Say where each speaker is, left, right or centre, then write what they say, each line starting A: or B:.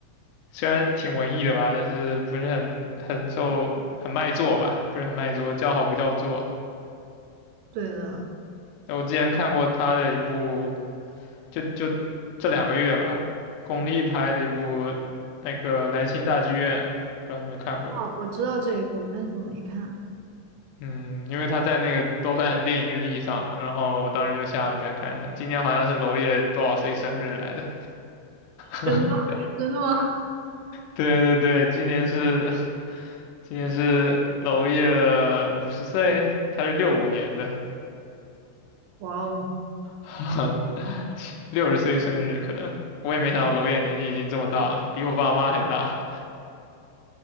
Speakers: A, on the left; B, on the right.
A: 虽然挺文艺的吧，但是不是很很受很卖座吧，不是很卖座，叫好不叫座。
B: 对的。
A: 那我之前看过他的一部，就就这两个月吧，巩俐拍的一部那个《兰心大剧院》，不知道你们看过。
B: 哦，我知道这一部，但是我没看。
A: 嗯，因为他在那个豆瓣电影日历上嘛，然后我当时就下了一下看一下，今年好像是娄烨多少岁生日来着？<laughs>
B: 真的 <laughs> 真的吗？
A: 对对对，今年是今年是娄烨的五十岁，他是六五年的，
B: 哇哦，
A: <laughs> 六十岁生日可能。我也没想到娄烨年纪已经这么大了，比我爸妈还大。